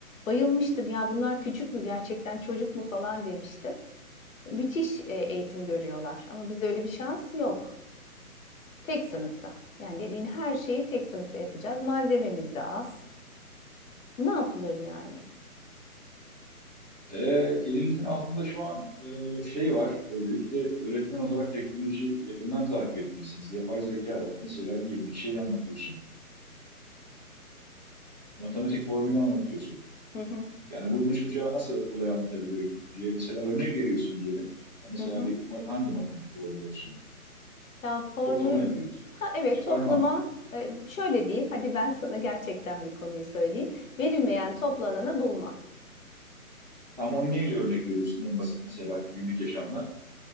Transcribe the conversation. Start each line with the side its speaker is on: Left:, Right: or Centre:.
Left: Bayılmıştım ya bunlar küçük mü gerçekten çocuk mu falan demiştim. Müthiş e, eğitim görüyorlar ama bizde öyle bir şans yok. Tek sınıfta. Yani dediğin her şeyi tek sınıfta yapacağız. Malzememiz de az. Ne yapılır yani?
Right: E, elinizin altında şu an e, şey var. E, belki de öğretmen olarak teknolojiyi yakından takip etmelisiniz. Yapay zeka var. Mesela diyelim ki şeyi anlatıyorsun. matematik formülü anlatıyorsun.
Left: Hı hı,
Right: Yani bunu bucağı nasıl kolay anlatabilirim diye mesela örnek veriyorsun diyelim. Mesela
Left: hı hı.
Right: bir ma- hangi matematik formülü olsun?
Left: Ya formül
Right: Toplama yapıyorsun.
Left: ha
Right: Toplama,
Left: evet
Right: çıkarma.
Left: toplama e, şöyle diyeyim hadi ben sana gerçekten bir konuyu söyleyeyim. Verilmeyen toplananı bulma.
Right: Tam onu neyle örnek veriyorsun en basit mesela günlük yaşamda?